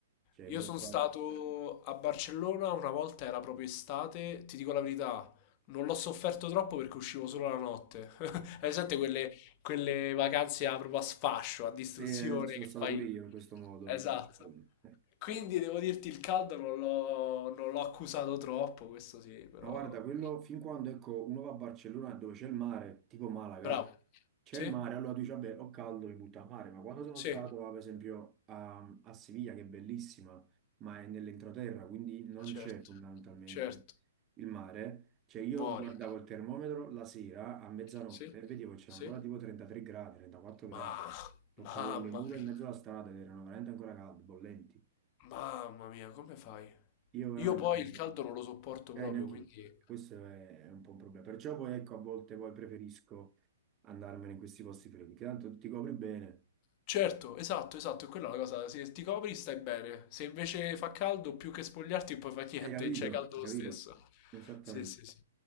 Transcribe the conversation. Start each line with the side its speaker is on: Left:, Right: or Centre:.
Right: Cioè,
Left: Io
Right: mi sono
Left: sono
Right: trovato...
Left: stato a Barcellona una volta, era proprio estate, ti dico la verità, non l'ho sofferto troppo perché uscivo solo la notte. <laughs> Hai presente quelle, quelle vacanze a- proprio a sfascio, a distruzione
Right: Sì, eh, ci sono
Left: che
Right: stato
Left: fai?
Right: pure io in questo modo
Left: Esatto.
Right: a Barcellona. Eh.
Left: Quindi devo dirti il caldo non l'ho non l'ho accusato troppo, questo sì, però...
Right: Ma guarda, quello fin quando ecco, uno va a Barcellona dove c'è il mare, tipo Malaga,
Left: Bravo.
Right: c'è
Left: Sì?
Right: il mare, allora tu dici, vabbè, ho caldo, mi butto a mare, ma quando sono
Left: Sì,
Right: stato, ah, per esempio, a, a Siviglia, che è bellissima, ma è nell'entroterra, quindi non
Left: certo,
Right: c'è fondamentalmente
Left: certo.
Right: il mare, cioè io
Left: Muori.
Right: guardavo il termometro la sera a mezzanotte
Left: Sì?
Right: e vedevo che c'era
Left: Sì?
Right: ancora tipo 33 gradi, 34 gradi,
Left: Ma,
Right: toccavo
Left: mamma
Right: le mura
Left: mia,
Right: in mezzo alla strada ed erano veramente ancora calde, bollenti.
Left: mamma mia, come fai?
Right: Io veramente...
Left: Io poi il caldo non lo sopporto
Right: Eh,
Left: proprio,
Right: neanch'io.
Left: quindi...
Right: Questo è, è un po' un problema. Perciò poi ecco, a volte poi preferisco andarmene in questi posti freddi, che tanto ti copri bene.
Left: Certo, esatto, esatto, è quella la cosa. Se ti copri stai bene. Se invece fa caldo, più che spogliarti, poi fa niente,
Right: Hai capito?
Left: e c'è caldo
Right: Hai
Left: lo
Right: capito?
Left: stesso.
Right: Esattamente.
Left: Sì, sì, sì.